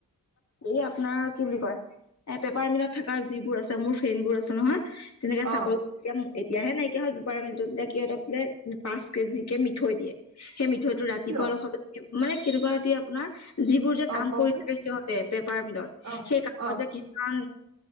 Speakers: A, on the left; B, on the right.
A: এই আপোনাৰ কি বুলি কয় এ পেপাৰ মিলত থকা যিবোৰ আছে মোৰ ফ্ৰেনবোৰ আছে নহয় তেনেকে
B: অ
A: চাকৰি তিয়াম এইত এতিয়াহে নাইকিয়া হল বপাৰ মটো তেতিয়া সিহঁতক বোলে পাঁচ কেজি কে মিঠৈ দিয়ে সেই মি ঠৈ টো ৰাতিপুৱা
B: কিয়
A: অলপ সম মানে কেনেকুৱা দিয়ে আপোনাৰ যি
B: অ
A: কাম
B: কওকচোন
A: কৰি থাকে সিহঁতে পেপাৰ মিলত
B: অ
A: সেই কামত
B: অ
A: যে কিছুমান